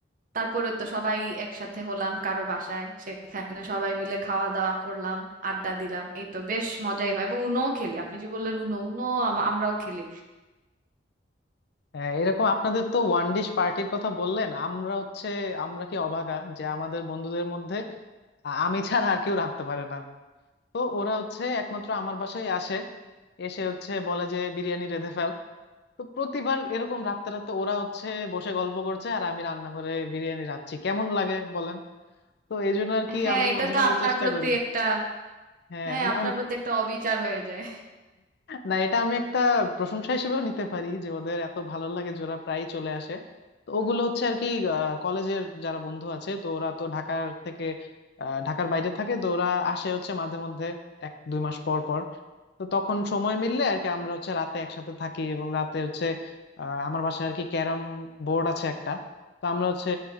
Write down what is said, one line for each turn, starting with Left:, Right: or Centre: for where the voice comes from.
Right: তারপরে তো সবাই একসাথে হলাম কারো বাসায় সেখানে সবাই মিলে খাওয়া দাওয়া করলাম আড্ডা দিলাম এই তো বেশ মজাই হয় এবং উনোও খেলি আপনি যে বললেন উনো উনো আম- আমরাও খেলি
Left: হ্যাঁ এরকম আপনাদের তো ওয়ান ডিশ পার্টির কথা বললেন আমরা হচ্ছে আমরা কি অভাগা যে আমাদের বন্ধুদের মধ্যে আ- আমি ছাড়া আর কেউ রাঁধতে পারে না তো ওরা হচ্ছে একমাত্র আমার বাসায় আসে এসে হচ্ছে বলে যে বিরিয়ানি রেঁধে ফেল তো প্রতিবার এরকম রাতে রাতে ওরা হচ্ছে বসে গল্প করছে আর আমি রান্নাঘরে বিরিয়ানি রাঁধছি কেমন লাগে বলেন তো এই জন্য আর কি
Right: হ্যাঁ
Left: আমি
Right: এটা
Left: মাঝে
Right: তো
Left: মাঝে
Right: আপনার
Left: চেষ্টা
Right: প্রতি
Left: করি
Right: একটা
Left: হ্যাঁ
Right: হ্যাঁ
Left: মানে
Right: আপনার প্রতি একটা অবিচার হয়ে যায়
Left: না এটা আমি একটা প্রশংসা হিসেবেও নিতে পারি যে ওদের এত ভালো লাগে যে ওরা প্রায়ই চলে আসে তো ওগুলো হচ্ছে আর কি আহ, কলেজের যারা বন্ধু আছে তো ওরা তো ঢাকার থেকে আহ, ঢাকার বাইরে থাকে তো ওরা আসে হচ্ছে মাঝে মধ্যে এক দুই মাস পর পর তো তখন সময় মিললে আর কি আমরা হচ্ছে রাতে একসাথে থাকি এবং রাতে হচ্ছে আহ, আমার বাসায় আর কি ক্যারাম বোর্ড আছে একটা তো আমরা হচ্ছে